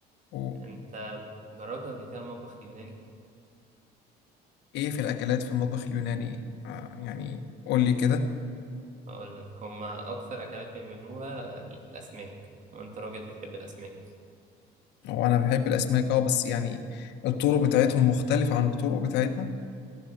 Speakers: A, on the left (about 75°); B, on the right (about 45°).
A: وإيه
B: انت جربت قبل كده المطبخ اليوناني
A: في الأكلات في المطبخ اليوناني آه، يعني قول لي كده
B: اقول لك هما اكتر اكلات بيعملوها الاسماك وانت راجل بتحب الاسماك
A: هو أنا بحب الأسماك أه بس يعني الطرق بتاعتهم مختلفة عن الطرق بتاعتنا